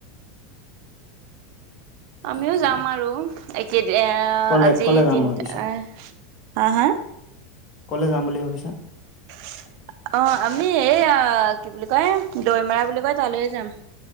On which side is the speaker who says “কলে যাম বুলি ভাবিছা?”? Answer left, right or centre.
Left